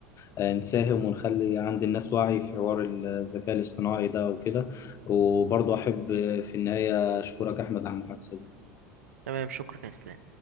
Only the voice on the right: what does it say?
تمام شكرا يا إسلام